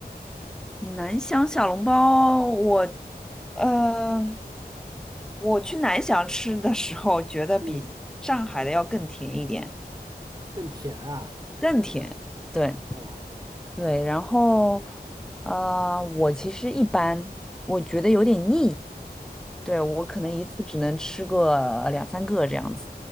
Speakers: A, in the centre; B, on the right.
A: 南翔小笼包，我，呃，我去南翔吃的时候，觉得比上海的要更甜一点，
B: 嗯，更甜啊。
A: 更甜。对
B: 哦，
A: 对，然后，呃，我其实一般，我觉得有点腻。对，我可能一次只能吃个两三个这样子，
B: 啊，